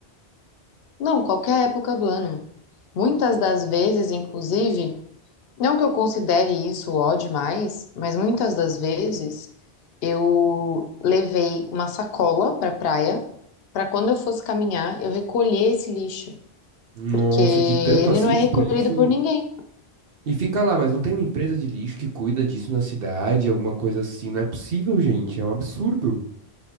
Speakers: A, on the left; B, on the right.
A: Não, qualquer época do ano. Muitas das vezes, inclusive, não que eu considere isso ó demais, mas muitas das vezes eu levei uma sacola para praia para quando eu fosse caminhar eu recolher esse lixo.
B: Nossa,
A: porque ele
B: de tanto assim,
A: não é recolhido
B: tipo, lixo.
A: por ninguém.
B: E fica lá, mas não tem uma empresa de lixo que cuida disso na cidade, alguma coisa assim. Não é possível, gente. É um absurdo.